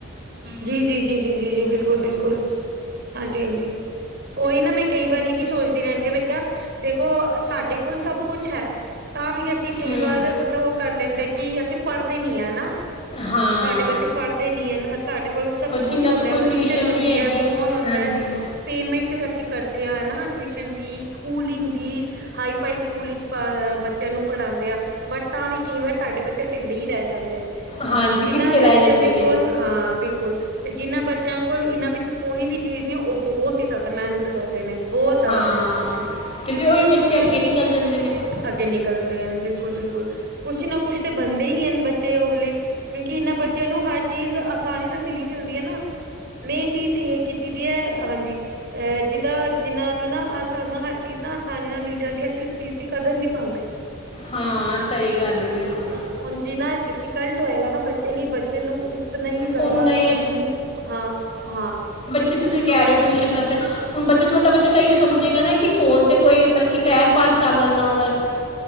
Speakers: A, on the right; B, on the left.
A: ਜੀ-ਜੀ-ਜੀ-ਜੀ-ਜੀ-ਜੀ ਬਿਲਕੁਲ-ਬਿਲਕੁਲ ਹਾਂਜੀ-ਹਾਂਜੀ। ਓਈ ਨਾ ਮੈਂ ਕਈ ਵਾਰ ਏਹੀ ਸੋਚਦੀ ਰਹਿੰਦੀ ਆ ਮੈਂ ਕਿਹਾ ਦੇਖੋ ਸਾਡੇ ਕੋਲ ਸਭ ਕੁਛ ਹੈ। ਤਾਂ ਵੀ ਅਸੀਂ ਕਈ
B: ਹੂੰ
A: ਵਾਰ ਮਤਲਬ ਓਹੋ ਕਰ ਲੈਂਦੇ ਕੀ ਅਸੀਂ ਪੜ੍ਹਦੇ ਨੀ ਆ।
B: ਹਾਂ
A: ਸਾਡੇ ਬੱਚੇ ਪੜ੍ਹ ਦਿੱਨੀ ਆ ਇਨਾ ਸਾਡੇ ਕੋਲ ਸਭ
B: ਉਹ ਜਿੰਨਾ
A: ਕੁਛ ਹੁੰਦਾ
B: ਕੁ ਕੋਈ
A: ਟਿਊਸ਼ਨ ਹੁੰਦੀ
B: ਨਹੀਂ ਹੈਗੀ
A: ਏ ਫੋਨ ਹੁੰਦਾ।
B: ਹਾਂਜੀ
A: ਪੇਮੈਂਟ ਵੀ ਅਸੀਂ ਕਰਦੇ ਆਂ ਨਾ, ਟਿਊਸ਼ਨ ਦੀ ਸਕੂਲਿੰਗ ਦੀ? ਹਾਈ-ਫਾਈ ਸਕੂਲ ਵਿੱਚ ਪ, ਬੱਚਿਆਂ ਨੂੰ ਪੜਾਂਦੇ ਆ। ਬਟ ਤਾਂ ਵੀ ਕਈ ਵਾਰ ਸਾਡੇ ਬੱਚੇ ਢਿੱਲੇ ਈ ਰਹਿ ਜਾਂਦੇ।
B: ਹਾਂਜੀ
A: ਜਿਨਾਂ
B: ਪਿੱਛੇ
A: ਬੱਚਿਆਂ
B: ਰਹੇ ਜਾਂਦੇ
A: ਦੇ
B: ਨੇ।
A: ਕੋਲ ਹਾਂ ਬਿਲਕੁਲ ਤੇ ਜਿਨ੍ਹਾਂ ਬੱਚਿਆਂ ਕੋਲ ਇਨਾਂ ਵਿੱਚੋ ਕੋਈ ਵੀ ਚੀਜ਼ ਨੀ ਓ ਬਹੁਤ ਈ ਜਿਅਦਾ ਮੇਹਨਤ ਕਰਦ ਦੇ ਨੇ ਬੋਤ ਜਿਅਦਾ
B: ਹਾਂ
A: ਮੇਹਨਤ ਕਰਦੇ ਨੇ।
B: ਤੇ ਫਿਰ ਉਹੀ ਬੱਚੇ ਅੱਗੇ ਨਿਕਲ ਜਾਂਦੇ ਨੇ
A: ਅੱਗੇ ਨਿਕਲਦੇ ਹਨ ਬਿਲਕੁਲ-ਬਿਲਕੁਲ ਕੁਛ ਨਾ ਕੁਛ ਤੇ ਬਣਦੇ ਹੀ ਹਨ ਬੱਚੇ ਓ ਵਲੇ ਕਿਉਂਕੀ ਇਨਾਂ ਬੱਚਿਆਂ ਨੂੰ ਹ ਚੀਜ਼ ਆਸਾਨੀ ਨਾਲ ਮਿਲੀ ਦੀ ਹੁੰਦੀ ਹੈ ਨਾ ਮੈਂ ਇਹ ਚੀਜ਼ ਕੀਤੀ ਦੀ ਏ ਹਾਂਜੀ। ਐ ਜਿਦਾਂ ਜਿਨਾਂ ਨੂੰ ਨਾ ਆ ਸਾਨੂੰ ਹ ਚੀਜ ਨਾ ਆਸਾਨੀ ਨਾਲ ਮਿਲ ਜਾਦੀ ਐ ਅਸੀਂ ਉਸ ਚੀਜ ਦੀ ਕਦਰ ਨੀ ਪਾਂਦੇ।
B: ਹਾਂ, ਸਹੀ ਗੱਲ ਏ ਬਿਲਕੁਲ।
A: ਹੁਣ ਜਿਨਾ ਡਿਫੀਕਲਟ ਹੋਏਗਾ ਨਾ ਬੱਚੇ ਲਈ ਬੱਚੇ ਨੂੰ ਨਹੀਂ ਜ਼ਿਆਦਾ
B: ਉਨਾ
A: ਹੂ
B: ਹੀ
A: ਹਾਂ ਹਾਂ।
B: ਜੀ ਤੁਸੀ ਕਹਿ ਰਹੇ ਟਿਊਸ਼ਨ ਵਾਸਤੇ। ਹੁਣ ਬੱਚਾ, ਛੋਟਾ ਬੱਚਾ ਤਾਂ ਇਹ ਸਮਝੇਗਾ ਨਾ? ਕੀ ਫ਼ੋਨ 'ਤੇ ਕੋਈ ਮਤਲਬ ਕਿ ਟੈਮ ਪਾਸ ਕਰ ਲੈਣਾ ਵਾ ਬਸ।